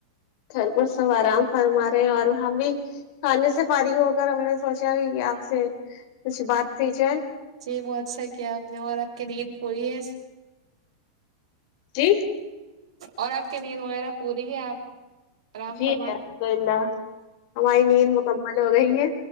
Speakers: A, on the left (about 50°); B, on the right (about 85°).
A: گھر کو سب آرام فرما رہے ہیں اور ہم بھی کھانے سے فارغ ہو کر ہم نے سوچا آپ سے کچھ بات کی جائے
B: یہ بہت اچ سا کیا آپ نے اور آپ کی نیند کوئی ہے
A: جی
B: اور آپ کی نیند وغیرہ پوری ہے آپ آرام
A: جی
B: فرما
A: ہے گئندہ ہماری نیند
B: جی
A: مکمل ہو گئی ہے